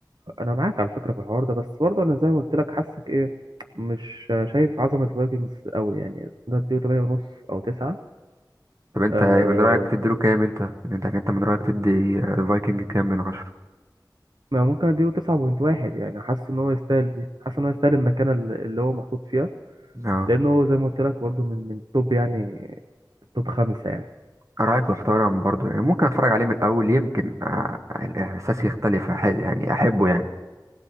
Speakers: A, on the right; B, on the right.
A: انا معاك على فكره في الحوار ده بس برضه انا زي ما قلت لك حاسك ايه مش شايف عظمه فايكنجز قوي يعني ده اديله 8 ونص او 9
B: طب انت
A: أه
B: من رأيك تديله كام انت انت انت من رأيك تدي الفايكنج كام من عشرة
A: ما ممكن اديله 9.1 يعني حاسس ان هو يستاهل دي حاسس ان هو يستاهل المكانه اللي اللي هو محطوط فيها
B: اه
A: لانه هو زي ما قلت لك برضه من من توب يعني توب خمسه يعني
B: رأيك محترم برضو يعني ممكن اتفرج عليه من الاول يمكن آه، الاحساس يختلف أح- يعني احبه يعني